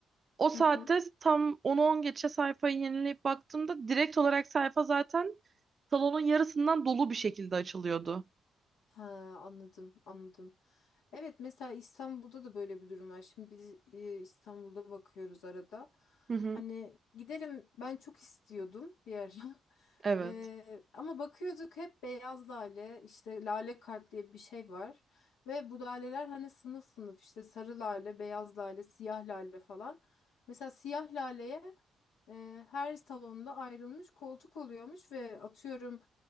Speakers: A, on the right; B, on the left.
A: O saatte
B: <laughs>
A: tam onu 10 geçe sayfayı yenileyip baktığımda direkt olarak sayfa zaten salonun yarısından dolu bir şekilde açılıyordu.
B: Ha, anladım, anladım. Evet, mesela İstanbul'da da böyle bir durum var. Şimdi biz e, İstanbul'da bakıyoruz arada.
A: Hı hı.
B: Hani gidelim, ben çok istiyordum bir ara. <laughs>
A: Evet.
B: Eee, ama bakıyorduk hep beyaz lale, işte lale kart diye bir şey var. Ve bu laleler hani sınıf sınıf işte sarı lale, beyaz lale, siyah lale falan. Mesela siyah laleye e, her salonda ayrılmış koltuk oluyormuş ve atıyorum